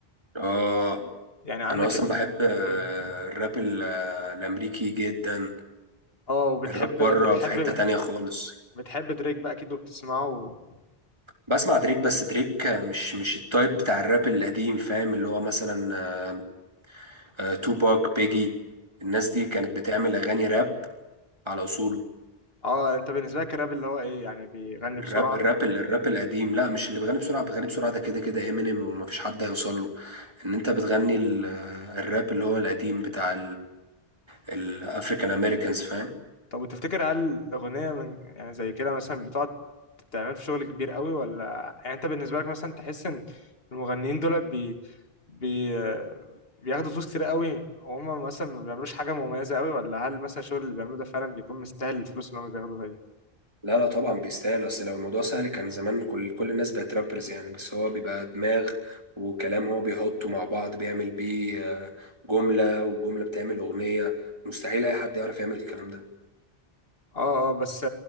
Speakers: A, on the right (about 25°); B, on the left (about 70°).
A: اه
B: يعني عندك
A: انا اصلا
B: ال
A: بحب آه،
B: مم.
A: الراب ال- آه، الامريكي جدا
B: اه وبتحب
A: الراب بره
B: بتحب
A: في حتة تانية خالص
B: بتحب دريك بقى اكيد وبتسمعه
A: بسمع دريك بس دريك آه، مش مش التايب بتاع الراب القديم فاهم اللي هو مثلا آه، آه، توباك بيجي الناس دي كانت بتعمل اغاني راب على اصوله
B: اه انت بالنسبه لك الراب اللي هو ايه يعني بيغني بسرعه
A: الراب الراب ال- الراب القديم لا مش اللي بيغني بسرعة بيغني بسرعة ده كده كده امينيم ومفيش حد هيوصل له ان انت بتغني ال- الراب اللي هو القديم بتاع الافريكان امريكانز فاهم
B: طب وتفتكر هل الأغنية من يعني زي كده مثلا بتقعد تعمل في شغل كبير قوي ولا يعني أنت بالنسبة لك مثلا تحس إن المغنيين دول بي... بي... بياخدوا فلوس كتير قوي وهم مثلا ما بيعملوش حاجة مميزة قوي ولا هل مثلا الشغل اللي بيعملوه ده فعلا بيكون مستاهل الفلوس اللي هم بياخدوها دي؟
A: لا لا طبعا بيستاهل اصل لو الموضوع سهل كان زمان كل كل الناس بقت رابرز يعني بس هو بيبقى دماغ وكلام هو بيحطه مع بعض بيعمل بيه آه، جملة والجملة بتعمل أغنية مستحيل أي حد يعرف يعمل الكلام ده
B: اه اه بس